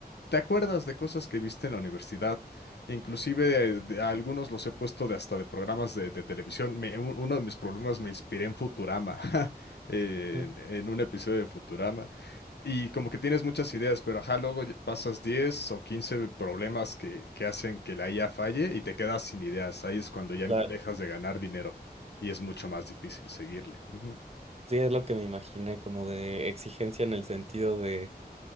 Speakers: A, on the left (about 85°); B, on the right (about 40°).
A: te acuerdas de cosas que viste en la universidad. E Inclusive eh, de- a algunos los he puesto de hasta de programas de, de televisión. Me- u- uno de mis problemas me inspiré en Futurama, <laughs> en,
B: Mm,
A: en un episodio de Futurama. Y como que tienes muchas ideas, pero ajá, luego ya pasas 10 o 15 problemas que, que hacen que la IA falle y te quedas sin ideas. Ahí es cuando ya em-
B: Claro.
A: dejas de ganar dinero y es mucho más difícil seguirle. Ujú.
B: Sí, es lo que me imaginé, como de exigencia en el sentido de...